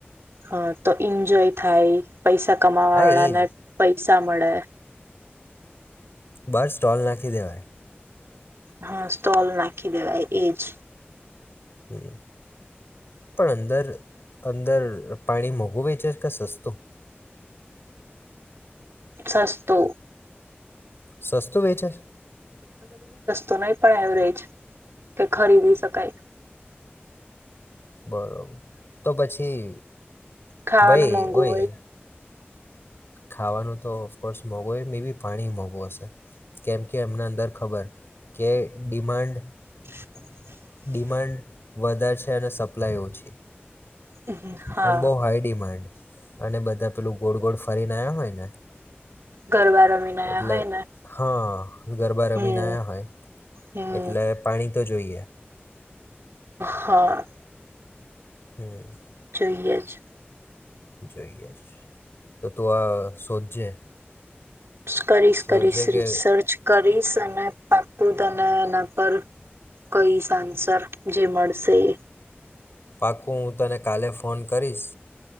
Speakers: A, on the right (about 80°); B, on the left (about 65°).
A: હા તો એન્જોય થાય. પૈસા કમાવા
B: હા
A: વાળા
B: એ
A: ને
B: જ
A: પૈ પૈસા મળે
B: બાર સ્ટોલ નાખી દેવાય.
A: હા સ્ટોલ નાખી દેવાય એજ
B: હમમ પણ અંદર અંદર પાણી મોઘું વેચે ક સસ્તું
A: સસ્તુ
B: સસ્તુ વેચે છ.
A: તું નહી પણ એવરેજ કે ખરીદી શકાય.
B: બરોબર તો પછી
A: ખાવાનું
B: ભઇ
A: મોંઘું
B: ઓય
A: હોય
B: ખાવાનું તો ઓફકોર્સ મોંઘું હોય મે બી પાણી મોંઘું હશે કેમ કે એમના અંદર ખબર કે ડિમાન્ડ
A: <inaudible>
B: ડિમાન્ડ વધારે છે અને સપ્લાય ઓછી
A: હમમ હા
B: અને બહુ હાઈ ડિમાન્ડ અને બધા પેલું ગોળ ગોળ ફરી ને આયા હોય ને
A: ગરબા રમીને આયા
B: એટલે
A: હોય ને
B: હા ગરબા રમીને
A: હમ
B: આયા હોય
A: હમ
B: એટલે પાણી તો જોઈએ.
A: હા અ
B: હમમ
A: જોઈએ છ.
B: જોઈએ છ તો તું આ શોધજે
A: કરીશ
B: શોધજે
A: કરીશ
B: કે
A: રીસર્ચ કરીશ અને પા હું તને એના પર કહીશ આન્સર જે મળશે એ
B: પાક્કું હું તને કાલે ફોન કરીશ.